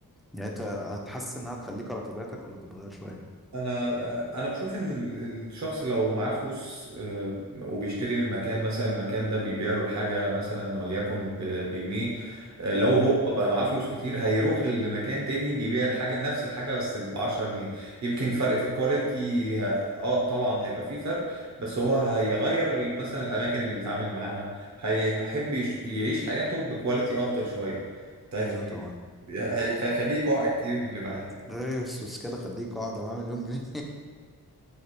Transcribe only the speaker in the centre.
يعني انت هتحس انها تخليك على طبيعتك ولا تتغير شويه
امم
ايوه طبعا
ايه السوسكالة خليك اقعد معاه مليون جنيه